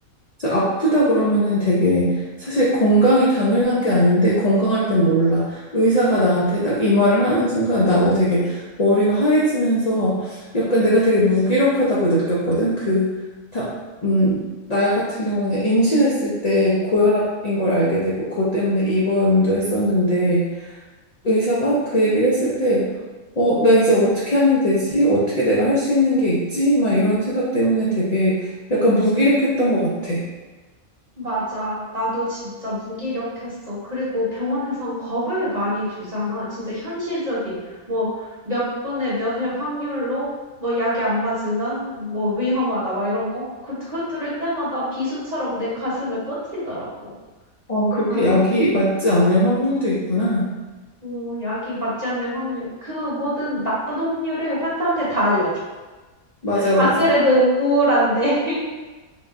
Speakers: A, on the left; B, on the right.
A: 그래서 아프다 그러면은 되게 사실 건강이 당연한 게 아닌데 건강할 땐 몰라. 의사가 나한테 딱 이 말을 하는 순간 나도 되게 머리가 하얘지면서 약간 내가 되게 무기력하다고 느꼈거든. 그, 다, 음, 나 같은 경우는 임신했을 때 고혈압인 걸 알게 되고 그것 때문에 입원도 했었는데 의사가 그 얘기를 했을 때 어, 나 이제 어떻게 하면 되지? 어떻게 내가 할 수 있는 게 있지? 막 이런 생각 때문에 되게 약간 무기력했던 것 같아.
B: 맞아. 나도 진짜 무기력했어. 그리고 병원에선 겁을 많이 주잖아. 진짜 현실적인, 뭐, 몇 분의 몇 해 확률로, 뭐, 약이 안 맞으면, 뭐, 위험하다, 막 이런 거. 그, 그거 들을 때마다 비수처럼 내 가슴에 꽂히더라고.
A: 어, 그렇게
B: 아,
A: 약이 맞지 않을 확률도 있구나.
B: 뭐, 약이 맞지 않는 확률. 그 모든 나쁜 확률을 환자한테 다 알려줘.
A: 맞아, 맞아.
B: 안 그래도 우울한데.